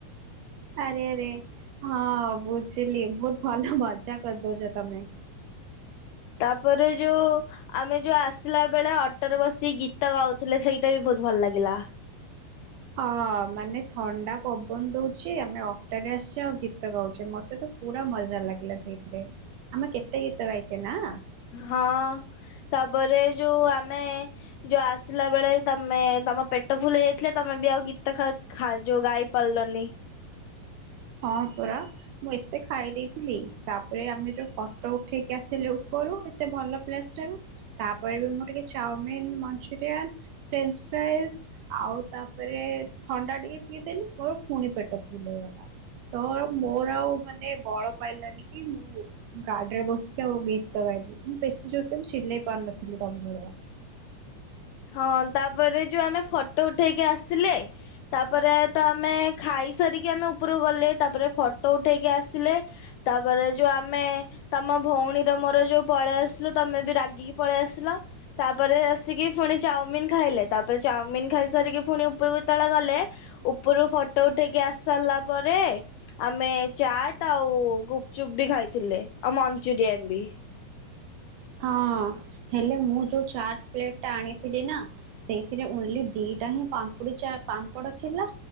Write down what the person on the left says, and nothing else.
ତାପରେ ଯୋଉ ଆମେ ଯୋଉ ଆସିଲା ବେଳେ ଅଟୋରେ ବସି ଗୀତ ଗାଉଥିଲେ ସେଇଟା ବି ବହୁତ ଭଲ ଲାଗିଲା।
ହଁ ତାପରେ ଯୋଉ ଆମେ ଯୋଉ ଆସିଲା ବେଳେ ତମେ ତମ ପେଟ ଫୁଲ୍ ହେଇଯାଇଥିଲେ ତମେ ବି ଆଉ ଗୀତ ଖାଉ-ଖା ଯୋଉ ଗାଇ ପାରିଲନି।
ହଁ ତାପରେ ଯୋଉ ଆମେ ଫଟୋ ଉଠେଇକି ଆସିଲେ ତାପରେ ତ ଆମେ ଖାଇସାରିକି ଆମେ ଉପରକୁ ଗଲେ ତାପରେ ଫଟୋ ଉଠେଇକି ଆସିଲେ ତାପରେ ଯୋଉ ଆମେ ତମ ଭଉଣୀର ମୋର ଯୋଉ ପଳେଇ ଆସିଲୁ ତମେ ବି ରାଗିକି ପଳେଇ ଆସିଲ ତାପରେ ଆସିକି ଫୁଣି ଚାଓମିିନ ଖାଇଲେ ତାପରେ ଚାଓମିିନ ଖାଇସାରିକି ଫୁଣି ଉପୁରୁକୁ ଯେତେବେଳେ ଗଲେ ଉପୁରୁ ଫଟୋ ଉଠେଇକି ଆସି ସାରିଲା ପରେ ଆମେ ଚାଟ ଆଉ ଗୁପଚୁପ ବି ଖାଇଥିଲେ ଆଉ ମଞ୍ଚୁରିଆନ ବି